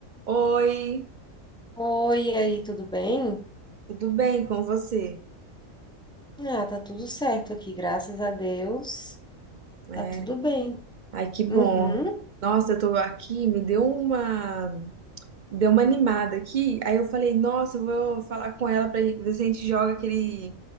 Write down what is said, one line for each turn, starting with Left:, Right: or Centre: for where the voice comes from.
Right: Oi,
Centre: Oi, e aí, tudo bem?
Right: tudo bem com você?
Centre: Ah, tá tudo certo aqui, graças a Deus.
Right: É,
Centre: Tá tudo bem.
Right: ai, que
Centre: Uhum.
Right: bom. Nossa, eu tô aqui, me deu uma, me deu uma animada aqui. Aí eu falei, nossa, eu vou falar com ela pra ver se a gente joga aquele,